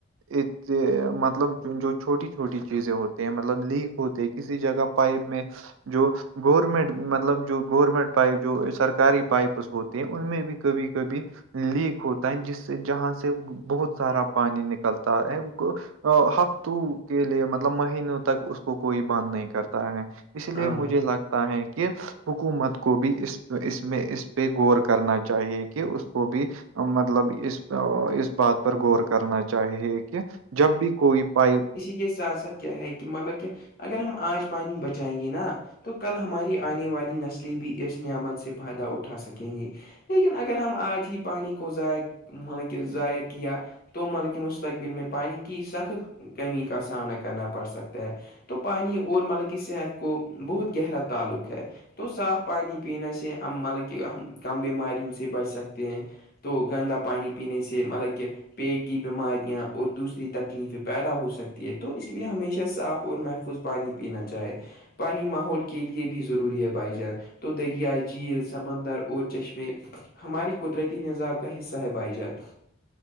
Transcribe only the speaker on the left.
ہاں بھائی
جان
یہ ساتھ ساتھ کیا ہے کہ مطلب کہ اگر ہم آج پانی بچائیں گے نا تو کل ہماری آنے والی نسلیں بھی اس نعمت سے فائدہ اٹھا سکیں گے لیکن اگر ہم آج ہی پانی کو ضائع ملک ضائع کیا تو مل مستقبل میں پانی کی سخت کمی کا سامنا کرنا پڑ سکتا ہے تو پانی اور مطلب کہ صحت کو بہت گہرا تعلق ہے تو صاف پانی پینے سے ہم مطلب کہ ہم کم بیماریوں سے بچ سکتے ہیں تو گندا پانی پینے سے مطلب کہ پیٹ کی بیماری یا اور دوسری تکلیفیں پیدا ہو سکتی ہے تو اس لیے ہمیشہ صاف اور محفوظ پانی پینا چاہے پنے ماحول کے لیے بھی ضروری ہے بائی جان تو درییا جھیل سمندر اور چشمے ہماری قدرتی نظام کا حصہ ہے بھائی جان